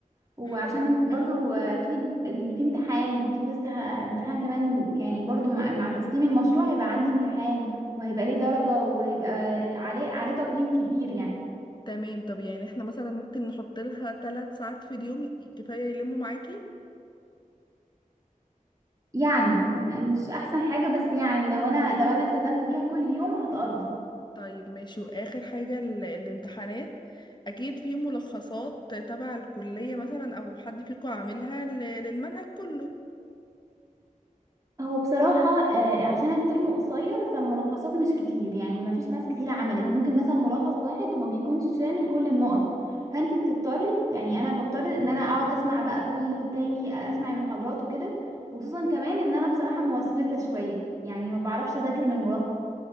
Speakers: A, on the right (about 25°); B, on the left (about 30°).
A: وعشان
B: حلو
A: برضو <laughs> آه، في ال- ال- في امتحان في لسه ه- امتحان كمان يعني برضو مع, مع تسليم المشروع هيبقى عندي امتحان وهيبقى ليه درجه وهيبقى عليه عليه تقييم كبير يعني
B: تمام طب يعني احنا مثلا ممكن نحط لها ثلاث ساعات في اليوم يك- كفاية يلموا معاكي
A: يعني م- مش احسن حاجه بس يعني لو انا لو انا التزمت بيها كل يوم هتقضي
B: طيب ماشي واخر حاجة ال- الامتحانات اكيد في ملخصات تبع الكلية مثلا او حد فيكم عاملها ل- للمنهج كله
A: هو بصراحة آه، عشان الترم قصير فالملخصات مش كتير يعني ما فيش ناس كتير عملت ممكن مثلا ملخص واحد وما بيكونش شامل كل النقط فانتي بتضطري يعني انا بضطر ان انا اقعد اسمع بقى كل التاني آه، اسمع المحاضرات وكده وخصوصا كمان ان انا بصراحة موسوسة شوية يعني ما بعرفش اذاكر من